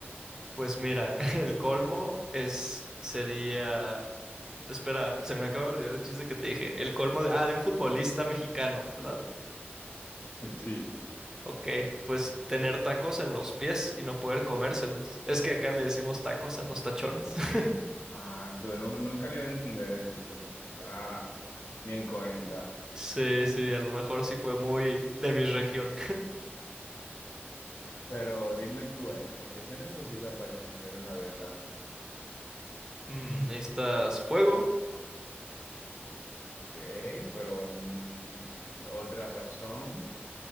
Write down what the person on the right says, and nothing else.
pues mira, <laughs> el colmo es, sería, espera, se me acaba de olvidar el chiste que te dije. El colmo de, ah, de un futbolista mexicano, ¿verdad?
Ok, pues tener tacos en los pies y no poder comérselos. Es que acá le decimos tacos a los tachones. <laughs>
Sí, sí, a lo mejor sí fue muy de mi región.
Mm,
necesitas fuego.